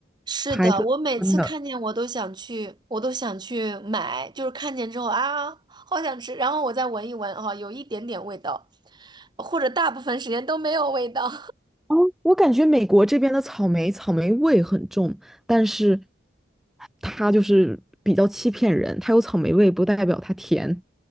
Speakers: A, on the right; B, in the centre.
A: 是的，
B: 它还是酸的。
A: 我每次看见我都想去，我都想去买，就是看见之后啊，好想吃，然后我再闻一闻，啊，有一点点味道，或者大部分时间都没有味道。
B: 哦，我感觉美国这边的草莓草莓味很重，但是它就是比较欺骗人，它有草莓味不代表它甜。